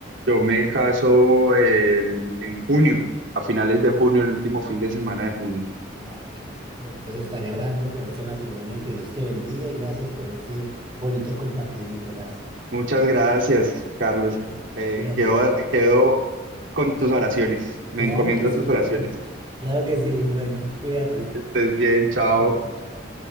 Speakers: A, on the right; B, on the right.
A: Yo me caso el- en junio, a finales de junio, el último fin de semana de junio.
B: Ay, qué rico. Bueno, pues estaré orando por ese matrimonio, que Dios te bendiga y gracias por ese bonito compartir, Nicolás.
A: Muchas gracias, Carlos.
B: Bueno,
A: Eh,
B: cuídate.
A: quedo, quedo con tus oraciones. Me
B: Claro
A: encomiendo
B: que
A: a
B: sí.
A: tus oraciones.
B: <laughs> Claro que sí. Bueno, cuídate.
A: así que estés bien, chao.
B: Muy bien, chao.